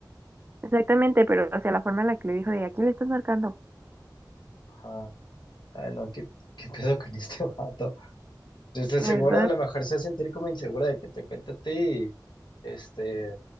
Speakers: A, on the right (about 30°); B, on the left (about 85°).
A: Exactamente, pero o sea, la forma en la que le dijo de, ¿a quién le estás marcando?
B: Ajá. Ay, no, ¿qué, qué pedo con este <laughs> vato? Yo estoy
A: ¿Verdad?
B: seguro, a lo mejor se va a sentir como insegura de que te cuente a ti, este,